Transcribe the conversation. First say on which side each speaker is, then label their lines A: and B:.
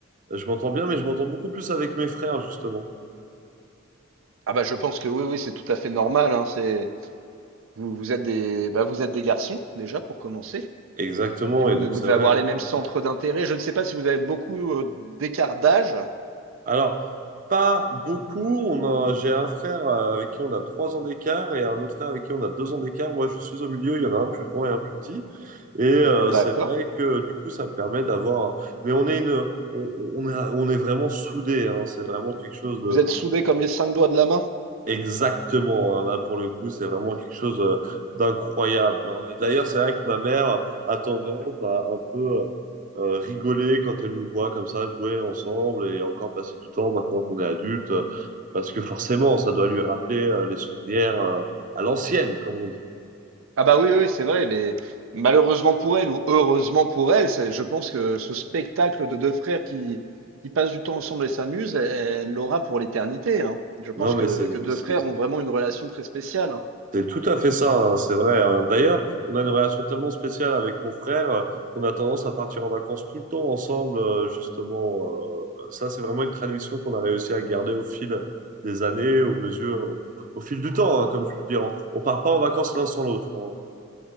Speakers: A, on the right; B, on the right.
A: je m'entends bien, mais je m'entends beaucoup plus avec mes frères, justement.
B: Ah bah je pense que oui, oui, c'est tout à fait normal. hein. C'est, vous, vous êtes des, bah, vous êtes des garçons déjà pour commencer.
A: Exactement,
B: Puis vous,
A: et donc
B: de- vous
A: c'est
B: devez
A: vrai.
B: avoir les mêmes centres d'intérêt. Je ne sais pas si vous avez beaucoup euh, d'écart d'âge.
A: Alors, pas beaucoup. On a j'ai un frère euh, avec qui on a trois ans d'écart et un autre frère avec qui on a deux ans d'écart. Moi, je suis au milieu. Il y en a un plus grand et un plus petit. Et euh,
B: D'accord.
A: c'est vrai que du coup, ça me permet d'avoir. Mais on est une on, on est on est vraiment soudés. hein, C'est vraiment quelque chose
B: Vous êtes soudés comme les cinq doigts de la main.
A: Exactement, hein. Là pour le coup, c'est vraiment quelque chose euh, d'incroyable. hein. Et d'ailleurs, c'est vrai que ma mère a tendance à un peu euh, euh, rigoler quand elle nous voit comme ça jouer ensemble et encore passer du temps maintenant qu'on est adulte, euh, parce que forcément, ça doit lui rappeler euh, les souvenirs euh, à l'ancienne, comme on dit.
B: Ah bah oui, oui, c'est vrai, mais malheureusement pour elle, ou heureusement pour elle, c'est- je pense que ce spectacle de deux frères qui, qui passent du temps ensemble et s'amusent, elle elle l'aura pour l'éternité, hein. Je pense
A: Non, mais
B: que,
A: c'est
B: que deux
A: c'est-
B: frères ont vraiment une relation très spéciale, hein.
A: C'est tout à fait ça, hein, c'est vrai. hein. D'ailleurs, on a une relation tellement spéciale avec mon frère euh, qu'on a tendance à partir en vacances tout le temps ensemble, euh, justement. euh, ça, c'est vraiment une tradition qu'on a réussi à garder au fil des années, aux mesures, au, au fil du temps, hein, comme je peux dire. On, on part pas en vacances l'un sans l'autre. on-